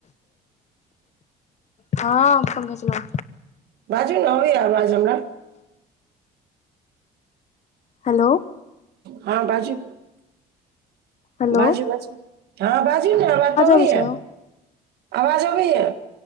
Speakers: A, on the left; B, on the right.
A: <inaudible> हँ पहुँचलौ।
B: बाजू न अबैया आवाज हमरा।
A: हेलो।
B: हँ बाजू
A: हेलो
B: बाजू बाजू। हँ बाजू न आवाज तऽ अबैया
A: आबै छै
B: आवाज अबैया।